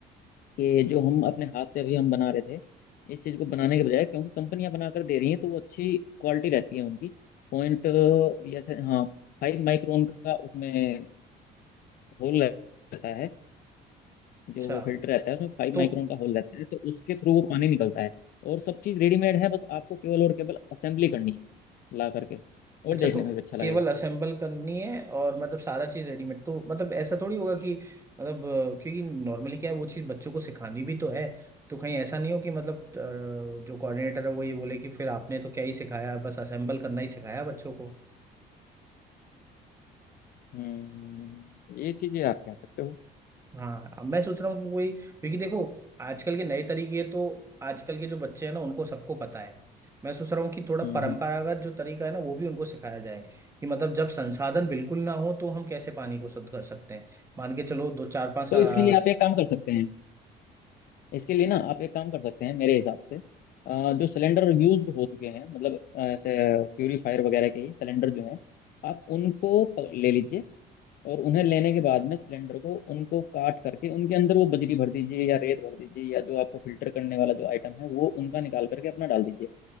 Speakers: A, on the left; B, on the right.
A: कि जो हम अपने हाथ से अभी हम बना रहे थे इस चीज़ को बनाने के बजाय क्योंकि कंपनियां बनाकर दे रही हैं तो वो अच्छी क्वालिटी रहती है उनकी पॉइंट जैसे हाँ फाइव माइक्रोन का उसमें होल रहता है जो
B: अच्छा
A: वो फिल्टर रहता है उसमें फाइव
B: तो
A: माइक्रोन का होल रहता है तो उसके थ्रू वो पानी निकलता है और सब चीज़ रेडीमेड है बस आपको केवल और केवल असेंबली करनी है ला करके और
B: अच्छा
A: देखने
B: तो
A: में भी अच्छा लगेगा
B: केवल असेंबल करनी है और मतलब सारा चीज रेडीमेड तो मतलब ऐसा थोड़ी होगा कि मतलब अ, क्योंकि नॉर्मली क्या है वो चीज बच्चों को सिखानी भी तो है तो कहीं ऐसा नहीं हो कि मतलब अ, जो कोऑर्डिनेटर है वो ये बोले कि फिर आपने तो क्या ही सिखाया बस असेंबल करना ही सिखाया बच्चों को
A: हम्म ये चीज़ें आप कह सकते हो
B: हाँ अब मैं सोच रहा हूँ कि कोई क्योंकि देखो आजकल के नए तरीके तो आजकल के जो बच्चे हैं ना उनको सबको पता है मैं सोच रहा हूँ कि थोड़ा
A: हम्म
B: परंपरागत
A: हम्म।
B: जो तरीका है ना वो भी उनको सिखाया जाए कि मतलब जब संसाधन बिल्कुल ना हो तो हम कैसे पानी को शुद्ध कर सकते हैं मान के चलो दो चार पांच
A: तो
B: आ,
A: इसके लिए आप एक काम कर सकते हैं इसके लिए ना आप एक काम कर सकते हैं मेरे हिसाब से अ, जो सिलेंडर यूज्ड हो चुके हैं मतलब अ, ऐसे प्यूरीफायर वगैरह के सिलेंडर जो हैं आप उनको प- ले लीजिए और उन्हें लेने के बाद में सिलेंडर को उनको काट करके उनके अंदर वो बजरी भर दीजिए या रेत भर दीजिए या जो आपको फिल्टर करने वाला जो आइटम है वो उनका निकाल करके अपना डाल दीजिए